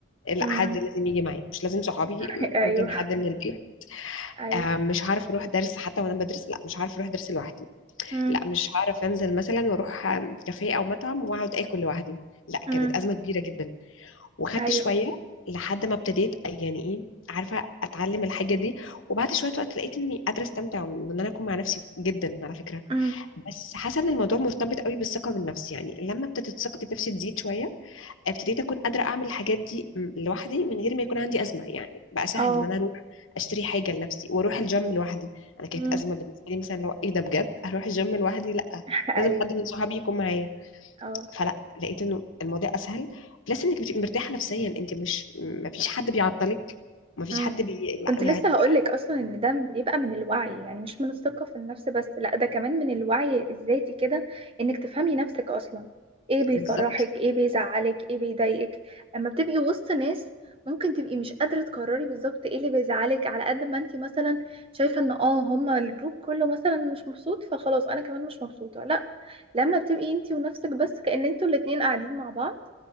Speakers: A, on the left (about 75°); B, on the right (about 25°).
A: لا
B: امم
A: حد لازم يجي معايا مش لازم صحابي
B: <laughs> أيوه
A: ممكن حد من البيت
B: أيوه
A: آه، مش هعرف اروح درس حتى وانا بدرس لا مش هعرف اروح درس لوحدي
B: امم
A: لا مش هعرف انزل مثلا واروح آه، كافيه او مطعم واقعد اكل لوحدي لا
B: امم
A: كانت ازمة كبيرة جدا وخدت
B: أيوه
A: شوية لحد ما ابتديت يعني ايه عارفة اتعلم الحاجة دي وبعد شوية وقت لقيت اني قادرة استمتع وان انا اكون مع نفسي جدا على فكرة
B: امم
A: بس حاسه ان الموضوع مرتبط قوي بالثقه بالنفس يعني لما ابتدت ثقتي بنفسي تزيد شويه ابتديت اكون قادره اعمل الحاجات دي م- لوحدي من غير ما يكون عندي ازمه يعني بقى سهل
B: اه
A: ان انا اروح اشتري حاجه لنفسي واروح الجيم لوحدي انا كانت
B: امم
A: ازمه بالنسبه لي مثلا لو ايه ده بجد هروح الجيم لوحدي لا
B: <laughs> أيوه
A: لازم حد من صحابي يكون معايا
B: اه
A: فلا لقيت انه الموضوع اسهل بلس انك بتبقي مرتاحه نفسيا انت مش ما فيش حد بيعطلك ما فيش
B: مم.
A: حد بي...
B: كنت
A: لا يعني
B: لسه
A: بقى
B: هقولك اصلا ان ده بيبقى من الوعي يعني مش من الثقة في النفس بس لا ده كمان من الوعي الذاتي كده انك تفهمي نفسك اصلا ايه بيفرحك
A: بالظبط
B: ايه بيزعلك ايه بيضايقك اما بتبقي وسط ناس ممكن تبقي مش قادرة تقرري بالظبط ايه اللي بيزعلك على قد ما انتي مثلا شايفة ان اه هما الجروب كله مثلا مش مبسوط فخلاص انا كمان مش مبسوطة لا لما بتبقي انتي ونفسك بس كأن انتوا الاتنين قاعدين مع بعض